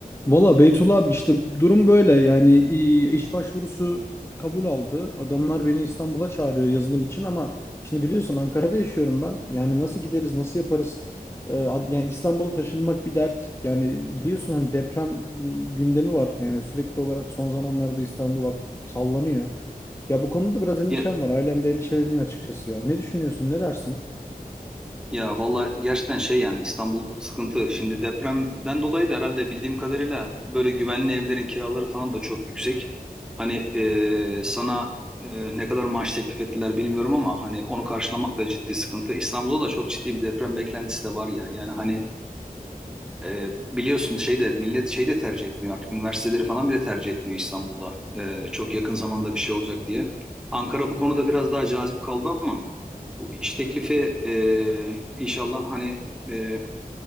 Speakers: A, on the left; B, in the centre.
A: Valla Beytullah abi işte durum böyle yani i- iş başvurusu kabul aldı. Adamlar beni İstanbul'a çağırıyor yazılım için ama şimdi biliyorsun Ankara'da yaşıyorum ben. Yani nasıl gideriz nasıl yaparız? Ee, ad- yani İstanbul'a taşınmak bir dert. Yani biliyorsun hani deprem gündemi var. Yani sürekli olarak son zamanlarda İstanbul aktif sallanıyor. Ya bu konuda da biraz endişem
B: Ya,
A: var. Ailem de endişeleniyor açıkçası ya. Ne düşünüyorsun ne dersin?
B: ya valla gerçekten şey yani İstanbul sıkıntı. Şimdi depremden dolayı da herhalde bildiğim kadarıyla böyle güvenli evlerin kiraları falan da çok yüksek. Hani e, sana e, ne kadar maaş teklif ettiler bilmiyorum ama hani onu karşılamak da ciddi sıkıntı. İstanbul'da da çok ciddi bir deprem beklentisi de var ya. Yani hani e, biliyorsun şeyde millet şey de tercih etmiyor artık. Üniversiteleri falan bile tercih etmiyor İstanbul'da. E, çok yakın zamanda bir şey olacak diye. Ankara bu konuda biraz daha cazip kaldı ama. Bu iş teklifi e, inşallah hani e,